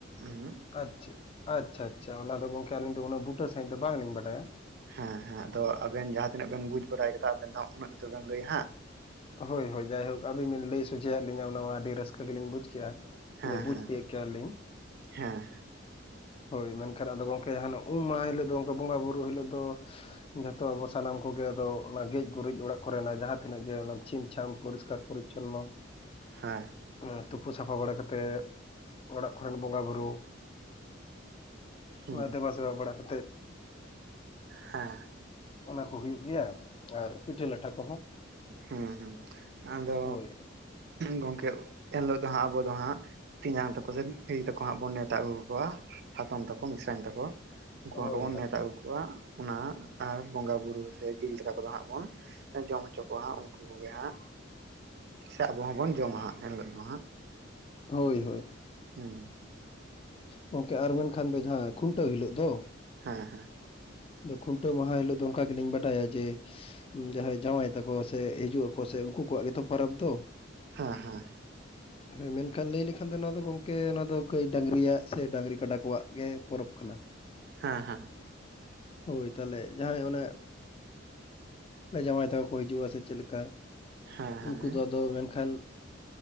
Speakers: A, on the right; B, on the left.
A: ᱦᱩᱸ ᱾
B: ᱟᱪᱪᱷᱟ ᱟᱪᱪᱷᱟ ᱟᱪᱪᱷᱟ ᱚᱱᱟᱫᱚ ᱜᱚᱝᱠᱮ ᱟᱹᱞᱤᱧ ᱫᱚ ᱩᱱᱟᱹ ᱵᱩᱴᱟᱹ ᱥᱟᱹᱦᱤᱡ ᱫᱚ ᱵᱟᱝᱞᱤᱧ ᱵᱟᱰᱟᱭᱟ ᱾
A: ᱦᱮᱸ ᱦᱮᱸ ᱟᱫᱚ ᱟᱵᱮᱱ ᱡᱟᱦᱟᱸ ᱛᱤᱱᱟᱹᱜ ᱵᱮᱱ ᱵᱩᱡ ᱵᱟᱲᱟᱭ ᱟᱠᱟᱫᱟ ᱟᱵᱮᱱ ᱫᱚ ᱩᱱᱟᱹᱜ ᱜᱮᱛᱵᱮᱱ ᱞᱟᱹᱭᱟ ᱦᱟᱸᱜ ᱾
B: ᱦᱳᱭ ᱦᱳᱭ ᱡᱟᱭᱦᱳᱠ ᱟᱵᱤᱱ ᱵᱤᱱ ᱞᱟᱹᱭ ᱥᱚᱡᱷᱮᱭᱟᱫ ᱞᱤᱧᱟᱹ ᱚᱱᱟ ᱢᱟ ᱟᱹᱰᱤ ᱨᱟᱹᱥᱠᱟᱹ ᱜᱮᱞᱤᱧ ᱵᱩᱡᱽ ᱠᱮᱜ-ᱟ ᱾
A: ᱦᱟᱸᱜ
B: ᱡᱮ ᱵᱩᱡᱽ
A: ᱦᱮᱸ
B: ᱛᱤᱭᱳᱜ ᱠᱮᱭᱟᱞᱤᱧ ᱾
A: ᱦᱮᱸ ᱦᱮᱸ
B: ᱦᱳᱭ, ᱢᱮᱱᱠᱷᱟᱱ ᱟᱫᱚ ᱜᱚᱢᱠᱮ ᱦᱟᱱᱟ ᱩᱢ ᱢᱟᱦᱟ ᱦᱤᱞᱳᱜ ᱫᱚ ᱜᱚᱢᱠᱮ ᱵᱚᱸᱜᱟ ᱵᱩᱨᱩ ᱦᱤᱞᱳᱜ ᱫᱚ ᱡᱷᱚᱛᱚ ᱟᱵᱚ ᱥᱟᱱᱟᱢ ᱠᱚᱜᱮ ᱟᱫᱚ ᱚᱱᱟ ᱜᱮᱡ ᱜᱩᱨᱤᱡ ᱚᱲᱟᱜ ᱠᱚᱨᱮᱱᱟᱜ ᱡᱟᱦᱟᱸᱛᱤᱱᱟᱹᱜ ᱜᱮ ᱚᱱᱟ ᱪᱷᱤᱢ ᱪᱷᱟᱢ ᱯᱚᱨᱤᱥᱠᱟᱨ ᱯᱚᱨᱤᱪᱪᱷᱚᱱᱱᱚ,
A: ᱦᱮᱸ ᱾
B: ᱚᱱᱮ ᱛᱩᱯᱩ ᱥᱟᱯᱷᱟ ᱵᱟᱲᱟ ᱠᱟᱛᱮᱜ ᱚᱲᱟᱜ ᱠᱚᱨᱮᱱ ᱵᱚᱸᱜᱟ ᱵᱩᱨᱩ
A: ᱦᱩᱸ
B: ᱚᱱᱟ ᱫᱮᱵᱟ ᱥᱮᱵ ᱥᱮᱵᱟ ᱵᱟᱲᱟ ᱠᱟᱛᱮᱜ
A: ᱦᱮᱸ
B: ᱚᱱᱟ ᱠᱚ ᱦᱩᱭᱩᱜ ᱜᱮᱭᱟ ᱾ ᱟᱨ ᱯᱤᱴᱷᱟᱹ ᱞᱟᱴᱷᱟ ᱠᱚᱦᱚᱸ ᱾
A: ᱦᱮᱸ ᱦᱮᱸ ᱟᱫᱚ
B: ᱦᱳᱭ
A: ᱜᱚᱢᱠᱮ ᱮᱱᱦᱤᱞᱳᱜ ᱫᱚ ᱦᱟᱸᱜ ᱟᱵᱚ ᱫᱚ ᱦᱟᱸᱜ ᱛᱮᱧᱟᱝ ᱛᱟᱠᱚ ᱥᱮ ᱫᱤᱫᱤ ᱛᱟᱠᱚ ᱦᱟᱸᱜ ᱵᱚᱱ ᱱᱮᱣᱛᱟ ᱟᱹᱜᱩ ᱠᱚᱣᱟ ᱦᱟᱛᱚᱢ ᱛᱟᱠᱚ ᱢᱤᱥᱨᱟᱧ ᱛᱟᱠᱚ ᱩᱱᱠᱩ ᱦᱟᱚᱸ
B: ᱦᱳᱭ
A: ᱠᱚᱵᱚᱱ ᱱᱮᱣᱛᱟ ᱟᱹᱜᱩ ᱠᱚᱣᱟ ᱚᱱᱟ ᱦᱟᱸᱜ ᱟᱨ ᱵᱚᱸᱜᱟ ᱵᱩᱨᱩ ᱥᱮ ᱡᱤᱞ ᱫᱟᱠᱟ ᱠᱚᱫᱚ ᱦᱟᱸᱜ - ᱵᱚᱱ ᱡᱚᱢ ᱦᱚᱪᱚ ᱠᱚᱣᱟ ᱦᱟᱸᱜ ᱩᱱᱠᱩ ᱠᱚᱜᱮ ᱦᱟᱸᱜ ᱥᱮ ᱟᱵᱚ ᱦᱚᱸᱵᱚᱱ ᱡᱚᱢᱟ ᱦᱟᱸᱜ ᱮᱱᱦᱤᱞᱳᱜ ᱫᱚ ᱦᱟᱸᱜ
B: ᱦᱳᱭ ᱦᱳᱭ
A: ᱦᱩᱸ
B: ᱜᱚᱢᱠᱮ ᱟᱨ ᱢᱮᱱᱠᱷᱟᱱ ᱫᱚ ᱡᱟᱦᱟᱸ ᱠᱷᱩᱱᱴᱟᱹᱣ ᱦᱤᱞᱳᱜ ᱫᱚ
A: ᱦᱮᱸ ᱦᱮᱸ
B: ᱟᱫᱚ ᱠᱷᱩᱱᱴᱟᱹᱣ ᱢᱟᱦᱟ ᱦᱤᱞᱳᱜ ᱫᱚ ᱚᱱᱠᱟ ᱜᱮᱞᱤᱧ ᱵᱟᱰᱟᱭᱟ ᱡᱮ ᱡᱟᱦᱟᱸᱭ ᱡᱟᱶᱟᱭ ᱛᱟᱠᱚ ᱥᱮ ᱦᱤᱡᱩᱜ ᱟᱠᱚ- ᱠᱚ ᱥᱮ ᱩᱱᱠᱩ ᱠᱚᱣᱟᱜ ᱜᱮᱛᱚ ᱯᱚᱨᱚᱵᱽ ᱫᱚ
A: ᱦᱮᱸ ᱦᱮᱸ
B: ᱦᱮᱸ ᱢᱮᱱᱠᱷᱟᱱ ᱞᱟᱹᱭ ᱞᱮᱠᱷᱟᱱ ᱫᱚ ᱱᱚᱣᱟ ᱫᱚ ᱜᱚᱝᱠᱮ ᱱᱚᱣᱟ ᱫᱚ ᱜᱟᱹᱭ ᱰᱟᱝᱨᱤᱭᱟᱜ ᱥᱮ ᱰᱟᱝᱨᱤ ᱠᱟᱰᱟ ᱠᱚᱣᱟᱜ ᱜᱮ ᱯᱚᱨᱚᱵᱽ ᱠᱟᱱᱟ
A: ᱦᱮᱸ ᱦᱮᱸ
B: ᱦᱳᱭ ᱛᱟᱦᱞᱮ ᱡᱟᱦᱟᱸᱭ ᱚᱱᱮ ᱡᱟᱶᱟᱭ ᱛᱟᱠᱚ ᱠᱚ ᱦᱤᱡᱩᱜᱼᱟ ᱥᱮ ᱪᱮᱫ ᱞᱮᱠᱟ
A: ᱦᱮᱸ ᱦᱮᱸ
B: ᱩᱱᱠᱩ
A: ᱦᱮᱸ
B: ᱫᱚ ᱟᱫᱚ ᱢᱮᱱᱠᱷᱟᱱ